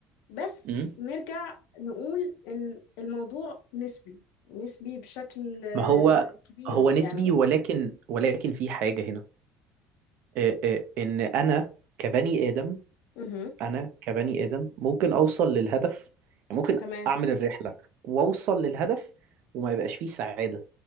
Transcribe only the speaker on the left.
بس
نرجع نقول ان الموضوع نسبي نسبي بشكل آه،
كبير
يعني
امم
تمام